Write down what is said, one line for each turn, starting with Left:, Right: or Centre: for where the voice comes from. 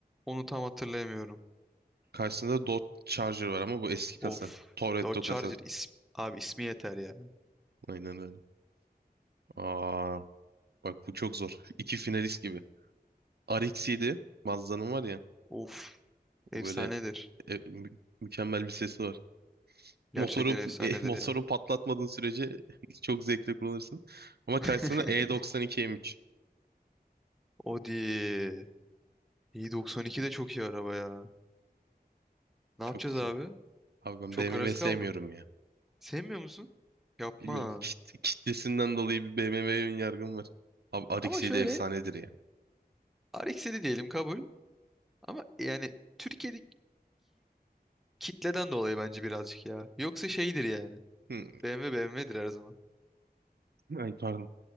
Centre: Onu tam hatırlayamıyorum.
Right: Karşısında Dodge Charger var ama bu eski kasa.
Centre: Of.
Right: Toretto
Centre: Dodge Charger
Right: kasa.
Centre: ismi. Abi ismi yeter ya.
Right: Aynen öyle. Aa, bak bu çok zor. İki finalist gibi. RX-7 Mazda'nın var ya.
Centre: Of. Efsanedir.
Right: O böyle e, mü- mükemmel bir sesi var.
Centre: Gerçekten
Right: Motoru
Centre: efsanedir
Right: e, <laughs> motoru
Centre: ya.
Right: patlatmadığın sürece <laughs> çok zevkli kullanırsın. Ama karşısında
Centre: <laughs>
Right: E92 M3.
Centre: Audi. İyi 92 de çok iyi araba ya. Ne
Right: Çok
Centre: yapacağız
Right: güzel.
Centre: abi?
Right: Abi ben
Centre: Çok
Right: BMW
Centre: arası
Right: sevmiyorum
Centre: kaldım.
Right: ya.
Centre: Sevmiyor musun? Yapma.
Right: Bilmiyorum kit- kitlesinden dolayı bir BMW'ye ön yargım var. Abi RX-7
Centre: Ama şöyle
Right: efsanedir ya.
Centre: RX-7 diyelim kabul. Ama yani Türkiye'deki kitleden dolayı bence birazcık ya. Yoksa şeydir yani.
Right: Hı,
Centre: BMW BMW'dir her zaman.
Right: Ay pardon.